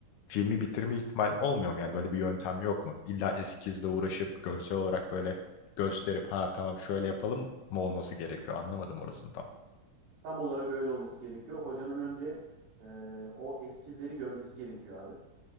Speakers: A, on the left (about 85°); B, on the right (about 70°).
A: filmi bitirme ihtimali olmuyor mu? Yani böyle bir yöntem yok mu? İlla eskizle uğraşıp görsel olarak böyle gösterip ha tamam şöyle yapalım mı olması gerekiyor? Anlamadım orasını tam.
B: Tam olarak öyle olması gerekiyor. Hocanın önce e, o eskizleri görmesi gerekiyor abi.